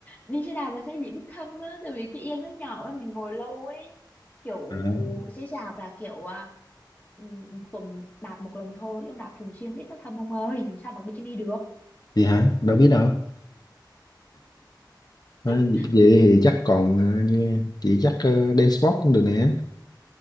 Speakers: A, on the left (about 25°); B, on the left (about 55°).
A: đi xe đạp là sẽ bị đích thâm á tại vì cái yên nó nhỏ á mình ngồi lâu ấy kiểu
B: à,
A: xe đạp là kiểu à, ừ, một tuần đạp một lần thôi chứ đạp thường xuyên ít nó thâm ông ơi làm sao mặc bikini được
B: vậy hả đâu biết đâu À,
A: <laughs>
B: vậy, vậy thì chắc còn à, như chị chắc uh, dance sport cũng được nè.